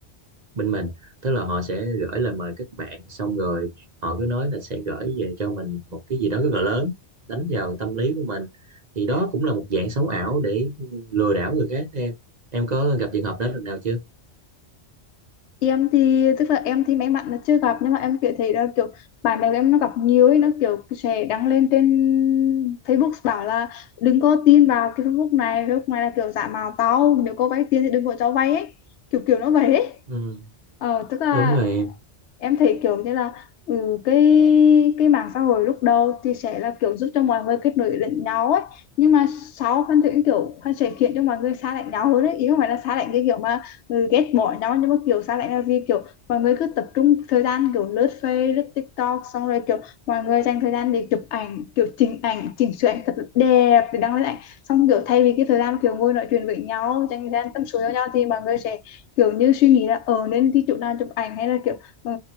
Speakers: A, on the right; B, on the left.
A: bên mình tức là họ sẽ gửi lời mời kết bạn xong rồi họ cứ nói là sẽ gửi về cho mình một cái gì đó rất là lớn đánh vào tâm lý của mình thì đó cũng là một dạng sống ảo để lừa đảo người khác đó em em có gặp trường hợp đó lần nào chưa
B: em thì tức là em thì may mắn là chưa gặp nhưng mà em kiểu thấy là kiểu bạn bè của em nó gặp nhiều ấy nó kiểu sẽ đăng lên trên Facebook bảo là đừng có tin vào cái Facebook này Facebook này là kiểu giả mạo tao nếu có vay tiền thì đừng có cho vay ấy kiểu kiểu nó vậy ấy
A: ừ,
B: ờ tức là
A: đúng rồi em
B: em thấy kiểu như là ừ, cái cái mạng xã hội lúc đầu thì sẽ là kiểu giúp cho mọi người kết nối lẫn nhau ấy nhưng mà sau Phan Thủy kiểu Phan sẽ khiến cho mọi người xa lạnh nhau hơn ấy ý không phải là xa lạnh cái kiểu mà ừ, ghét bỏ nhau nhưng mà kiểu xa lạnh là vì kiểu mọi người cứ tập trung thời gian kiểu lướt Facebook lướt TikTok xong rồi kiểu mọi người dành thời gian để chụp ảnh kiểu chỉnh ảnh chỉnh sửa ảnh thật là đẹp để đăng lên ảnh xong kiểu thay vì cái thời gian kiểu ngồi nói chuyện với nhau dành thời gian tâm sự với nhau thì mọi người sẽ kiểu như suy nghĩ là ờ nên đi chỗ nào chụp ảnh hay là kiểu ờ,